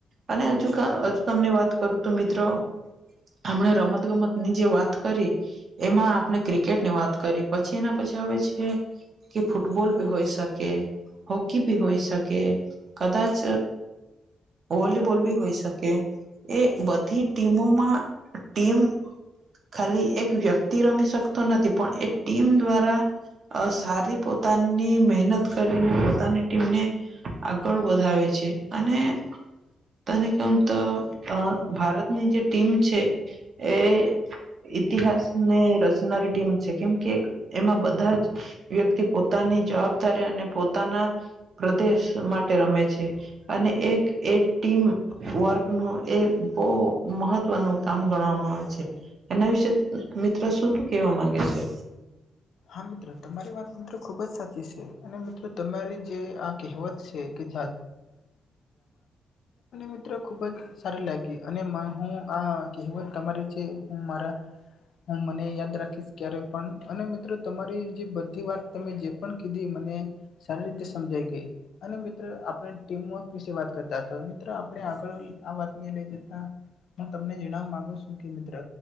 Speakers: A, on the right (about 50°); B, on the left (about 70°).
A: અને હજુ હજુ તમને વાત કરું તો મિત્રો હમણે રમત ગમત ની જે વાત કરી એમાં આપણે ક્રિકેટ ની વાત કરી પછી એના પછી આવે છે કે ફુટબલ બ હોય સકે હોકી ભી હોય શકે કદાચ વોલીબોલ ભી હોય. શક્ય એ બધી ટીમોમાં ટીમ ખાલી એક વ્યક્તિ રમી શકતો નથી પણ એ ટીમ દ્વારા અ સારી પોતાની મહેનત કરીને પોતાની ટીમને આગળ વધાવે છે અને તને કમ તો ભારતની જે ટીમ છે એ ઇતિહાસ ને રચનારી ટીમ છે કેમ કે એમાં બધા જ વ્યક્તિ પોતાની જવાબદારી અને પોતાના પ્રદેશ માટે રમે છે અને એક એ ટીમ વર્ક નું એ બહ મહત્વનું કામ ગણવામાં આવે છે. એના વિશે મિત્ર શું તું કેવા માંગે છે?
B: હા મિત્રો તમારી વાત મિત્રો ખુબ જ સાચી છે અને મિત્રો તમારી જે આ કહેવત છે કે. <inaudible> મિત્રો ખુબ જ સારી લાગી અને હું આ કહેવત તમારી છે હું મારા હું મને યાદ રાખીશ ક્યારે પણ અને મિત્રો તમારી જે બધી વાત તમે જે પણ કીધી મને સારી રીતે સમજાઈ ગઈ અને મિત્રો આપણે ટીમવર્ક વિશે વાત કરતા હતા મિત્રો આપણે આગળ આ વાતને લઈ જતા હું તમને જણાવવા માંગુ છું કે મિત્ર